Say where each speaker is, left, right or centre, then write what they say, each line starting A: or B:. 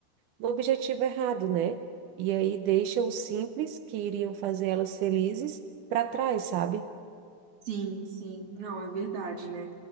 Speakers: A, on the right (about 80°); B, on the right (about 40°).
A: no objetivo errado, né? E aí deixa o simples que iriam fazer elas felizes para trás, sabe?
B: Sim, sim. Não, é verdade, né?